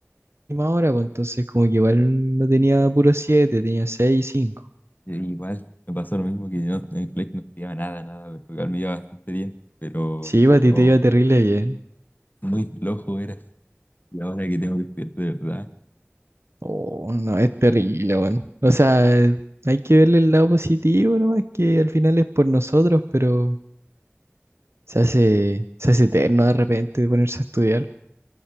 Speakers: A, on the right (about 70°); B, on the left (about 40°).
A: última hora, pues entonces como que igual no tenía puro 7 tenía seis cinco 5.
B: Y igual me pasó lo mismo que yo no- en el colegio no estudiaba nada, nada, pero igual me iba bastante bien, pero
A: Sí,
B: no,
A: a ti te iba terrible bien.
B: muy flojo era. Y ahora que tengo que estudiar de verdad,
A: Oh, no, es terrible, weón. O sea, hay que verle el lado positivo nomás, que al final es por nosotros, pero se hace, se hace eterno de repente ponerse a estudiar.